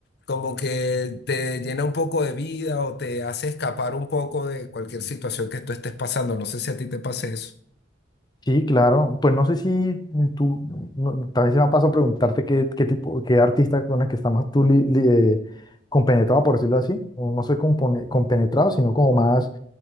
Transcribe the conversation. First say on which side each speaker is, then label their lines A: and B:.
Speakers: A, on the left; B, on the left.
A: como que te llena un poco de vida o te hace escapar un poco de cualquier situación que tú estés pasando. No sé si a ti te pase eso.
B: Sí, claro, pues no sé si tú, no- también se me ha pasado a preguntarte qué, qué tipo, qué artista con el que estás más tú li- li- eh, compenetrado, por decirlo así, o no sé, compone- compenetrado, sino como más